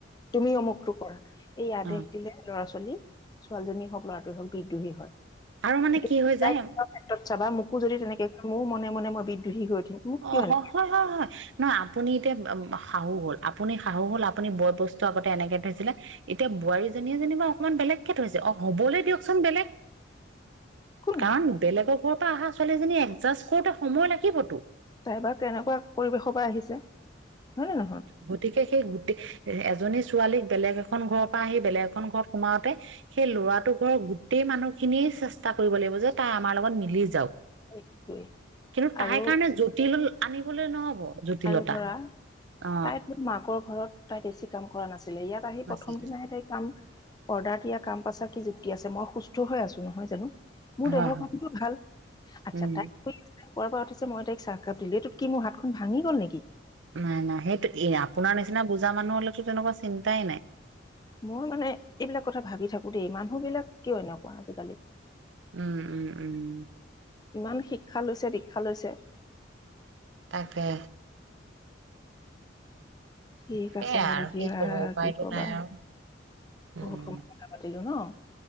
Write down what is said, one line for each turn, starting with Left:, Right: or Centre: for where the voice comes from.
Left: তুমি অমুকটো কৰা এই আদেশ
Right: অ
Left: দিলে ল'ৰা-ছোৱালী ছোৱালীজনীয়ে হওক ল'ৰাটোৱে হওক বিদ্ৰোহী হয়।
Right: আৰু মানে
Left: সেইটো
Right: কি হৈ যায়
Left: ক্ষেত্ৰত চাবা মোকো যদি তেনেকে মোৰ মনে মনে মই বিদ্ৰোহী হৈ উঠিম। মোক
Right: অ
Left: কিয় এনেকে
Right: হয়-হয়-হয় নহ আপুনি এতিয়া শাহু হ'ল আপুনি শাহু হ'ল আপুনি বয়-বস্তু আগতে এনেকে থৈছিলে এতিয়া বোৱাৰীজনীয়ে যেনিবা অকণমান বেলেগ থৈছে, অ হ'বলৈ দিয়কচোন বেলেগ
Left: একো
Right: কাৰণ
Left: নাই
Right: বেলেগৰ ঘৰৰ পৰা অহা ছোৱালীজনী এডজাষ্ট কৰোতে সময় লাগিবতো।
Left: তাইবা কেনেকুৱা পৰিৱেশৰ পৰা আহিছে হয়নে নহয়?
Right: গতিকে সেই গোটেই এজনী ছোৱালীক বেলেগ এখন ঘৰৰ পৰা আহি বেলেগ এখন ঘৰত সোমাওতে সেই ল'ৰাটো ঘৰ গোটেই মানুহ খিনিয়ে চেষ্টা কৰিব লাগিব যে তাই আমাৰ লগত মিলি যাওক।
Left: সেইটোৱে
Right: কিন্তু
Left: আৰু
Right: তাই কাৰণে জটিল আনিবলৈ নহ'ব। জটিলতা
Left: আৰু ধৰা
Right: অ
Left: তাই তোৰ মাকৰ ঘৰত তাই বেছি কাম কৰা নাছিলে ইয়াত আহি
Right: হয়
Left: প্ৰথম দিনাই তাই কাম অৰ্ডাৰ দিয়া কাম পাচাৰ কি যুক্তি আছে, মই সুস্থ হৈ আছো নহয় জানো। মোৰ
Right: হয়
Left: দেহৰ <unintelligible> ভাল। আচ্ছা
Right: উম
Left: তাই শুৱাৰ পৰা উঠছে মই তক চাহাপ দিলো এইটো কি মোৰাতখন ভঙি গ'ল নেকি।
Right: নাই নাই সেইটো এ আপোনাৰ নিচিনা বুজা মানুহলৈতো তেনেকুৱা চিন্তাই নাই।
Left: মই মানে এইবিলাক কথা ভাবি থাকো দেই মানুহ বিলাক কিয় এনেকুৱা আজিকালি।
Right: উম-উম-উম।
Left: ইমান শিক্ষা লৈছে, দীক্ষা লৈছে
Right: তাকে।
Left: ঠিক
Right: সেইয়াই
Left: আছে বাৰু
Right: আৰু
Left: দিয়া
Right: কি কব উপায়তো
Left: কি কবা,
Right: নাই আৰু। উম
Left: বহুত সময় কথা পাতিলো ন।